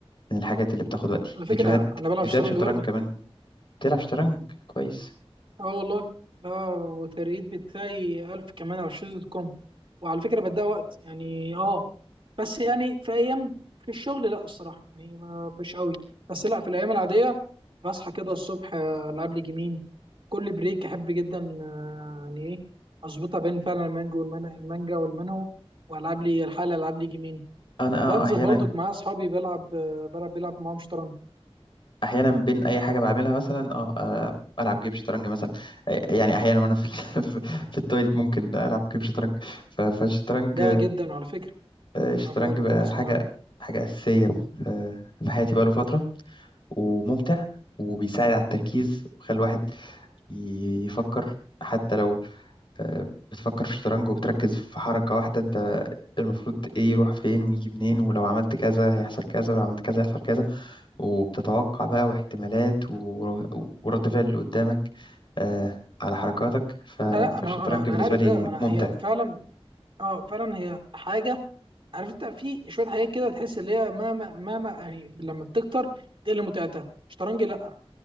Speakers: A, on the left (about 55°); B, on the right (about 55°).
A: من الحاجات اللي بتاخد وقتي
B: على فكره
A: فيديوهات
B: انا بلعب
A: فيديوهات
B: شطرنج
A: شطرنج
B: برضك
A: كمان بتلعب شطرنج كويس
B: اه والله لا والترقيد بتاعي 1000 كمان على شيز دوت كوم وعلى فكره بديها وقت يعني اه بس يعني في ايام في الشغل لا الصراحه يعني ما- مش قوي بس لا في الايام العاديه بصحى كده الصبح آه، العب لي جيمين كل بريك احب جدا آه، يعني ايه اظبطها بين فعلا المانجو والمانجا المانجا والمانهو والعب لي الحاله العب لي جيمين
A: أنا اه
B: وبنزل
A: أحيانا
B: برضك مع اصحابي بلعب آه، بلعب بلعب معاهم شطرنج
A: احيانا بين اي حاجه بعملها مثلا اه آه، العب جيم شطرنج مثلا آه، يعني احيانا وانا في ال- <laughs> في التويليت ممكن العب جيم شطرنج ف- فالشطرنج
B: ده جدا على فكره
A: آه، الشطرنج
B: آه، فعلا
A: بقى
B: ده بيحصل
A: حاجه
B: معايا
A: حاجه اساسيه في في حياتي بقاله فتره وممتع وبيساعد على التركيز وبيخلي الواحد يفكر حتى لو آه، بتفكر في الشطرنج وبتركز في حركه واحده انت المفروض ايه يروح فين ويجي منين ولو عملت كذا هيحصل كذا ولو عملت كذا هيحصل كذا وبتتوقع بقى واحتمالات و- ورد فعل اللي قدامك آه، على حركاتك ف- فالشطرنج
B: لا لا انا انا انا
A: بالنسبة
B: عارف
A: لي
B: ده انا
A: ممتع
B: هي فعلا اه فعلا هي حاجه عارف انت في شويه حاجات كده تحس اللي هي مهما مهما يعني لما بتكتر بتقل متعتها شطرنج لا